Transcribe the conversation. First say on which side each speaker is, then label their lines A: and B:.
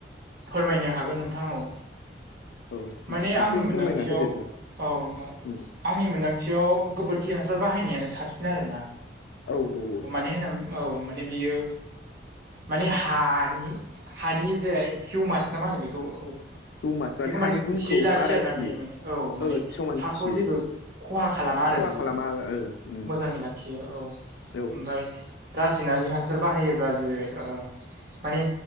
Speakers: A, on the right; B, on the left.
A: फोरमायनो हागोन नोंथां औ
B: औ
A: माने आंनि
B: एसे
A: मोनदांथियाव
B: फोरमायना होदो नों
A: औ नोंथां
B: उम
A: आंनि मोन्दांथियाव गोबोरखि हासार बाहायनायानो साबसिन आरोना
B: औ औ
A: माने औ माने बियो माने हानि हानि जाय हिउमास नामा होनो बेखौ औ बेखौ
B: दमास
A: माने
B: हानि गुनखौ
A: थियै लाखियो
B: बारायहोयो
A: आरोना बियो माने औ माने
B: ओ समानथि
A: हाखौ जेबो खहा खालामा आरो बियो
B: खालामा ओ उम
A: मोजाङै लाखियो औ
B: औ
A: ओमफ्राय रासायनारि हासार बाहायोब्ला जेरै माने